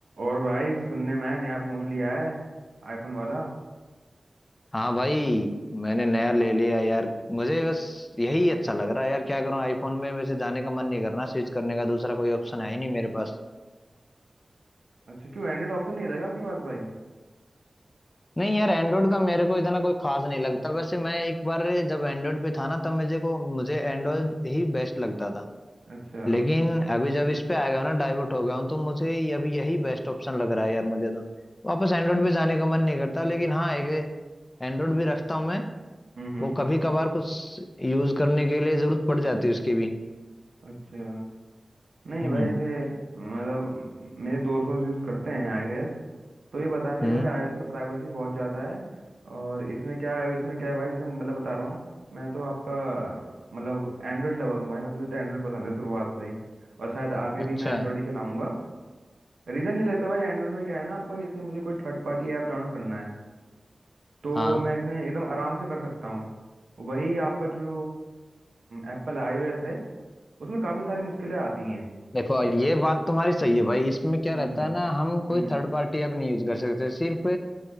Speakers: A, on the right (about 80°); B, on the left (about 35°).
A: और भाई सुनने में आया नया फोन लिया है आईफोन वाला
B: हाँ भाई मैंने नया ले लिया यार मुझे बस यही अच्छा लग रहा है यार क्या करूं आईफोन में वैसे जाने का मन नहीं करना स्विच करने का दूसरा कोई ऑप्शन है ही नहीं मेरे पास
A: अच्छा क्यों एंड्रॉइड ऑप्शन नहीं था क्या आपके पास भाई
B: नहीं यार एंड्रॉइड का मेरे को इतना कोई खास नहीं लगता वैसे मैं एक बार जब एंड्रॉइड पे था ना तब मुझे को मुझे एंड्रॉइड ही बेस्ट लगता था
A: अच्छा
B: लेकिन अभी जब इस पे आ गया हूं ना डाइवर्ट हो गया हूँ तो मुझे ये- अभी यही बेस्ट ऑप्शन लग रहा है यार मुझे तो वापस एंड्रॉइड पे जाने का मन नहीं करता लेकिन हाँ एक एंड्रॉइड भी रखता हूँ मैं
A: हम्म हम्म
B: वो कभी कभार कुछ यूज करने के लिए जरूरत पड़ जाती है उसकी भी
A: अच्छा नहीं
B: हम्म
A: भाई जैसे मतलब मेरे दोस्त वोस्त यूज़ करते हैं आईओएस तो ये बताते
B: हम्म
A: हैं कि भाई आईओएस में प्राइवेसी बहुत ज़्यादा है और इसमें क्या है इसमें क्या है भाई जैसे मतलब बता रहा हूँ मैं तो आपका मतलब एंड्रॉइड लवर हूँ भाई मैं तुझे तो एंड्रॉइड पसंद है शुरुआत से ही और शायद आगे भी
B: अच्छा
A: मैं एंड्रॉइड ही चलाऊंगा रीज़न नहीं लगता भाई एंड्रॉइड में क्या है ना आपका जैसे मुझे कोई थर्ड पार्टी ऐप डाउनलोड करना है तो
B: हाँ
A: मैं इसमें एकदम आराम से कर सकता हूँ वही आपका जो एप्पल आईओएस है उसमें काफ़ी सारी मुश्किलें आती हैं
B: देखो ये बात तुम्हारी सही है भाई इसमें क्या
A: हम्म
B: रहता
A: हम्म
B: है ना हम कोई
A: हम्म
B: थर्ड पार्टी ऐप नहीं यूज कर सकते सिर्फ